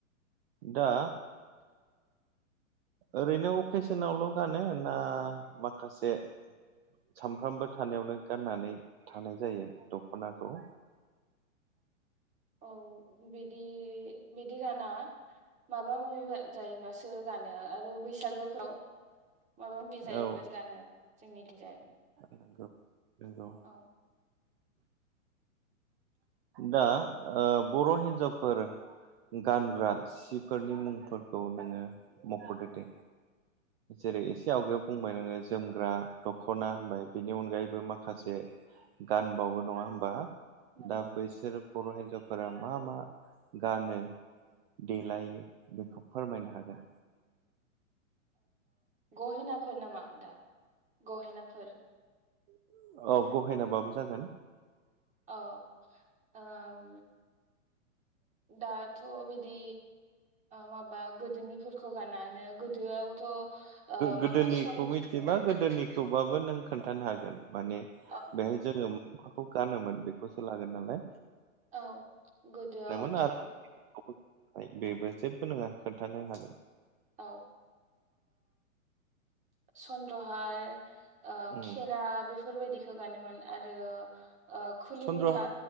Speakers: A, on the right; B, on the right.
A: दा ओरैनो अकेसनावल' गानो ना माखासे सामफ्रामबो थानायावनो गाननानै थानाय जायो दख'नाखौ।
B: औ बिदि बिदि गाना माबा माबा माबि जायोब्लासो गानो आरो बैसागोफ्राव माबा माबि जायोब्लासो
A: औ
B: गानो जोंनिथिंजाय
A: नंगौ नोंगौ
B: औ
A: दा बर' हिन्जावफोर गानग्रा सिफोरनि मुंफोरखौ नोङो मख'दो दे जेरै एसे आवगायावायाव बुंबाय नोङो जोमग्रा दखना होनबाय बेनि अनगायैबो माखासे गानबावो नङा हबा?
B: नंगौ
A: दा बैसोर बर' हिन्जावफोरा मा मा गानो देलायो बेखौ फोरमायनो हागोन
B: गहेनाफोर नामा दा गहेनाफोर?
A: <inaudible> गहेनाबाबो
B: ओ
A: जागोन
B: औ ओम दाथ' बिदि माबा गोदोनिफोरखौ गाननो गोदोआवथ' ओ
A: गोदोनिखौ
B: माबा सन
A: मिथिबा गोदोनि थेवबाबो नों खोन्थानो हागोन माने
B: औ
A: बेहाय जोङो माखौ गानोमोन बेखौसो लागोन नालाय
B: औ गोदोआवथ'
A: मोन आरो बेबो जेबो नङा खोन्थानो हागोन
B: औ सन्द्रहार
A: उम
B: खेरा बेफोरबायदि <unintelligible> आरो ओ खुलि
A: चन्द्र
B: मुथा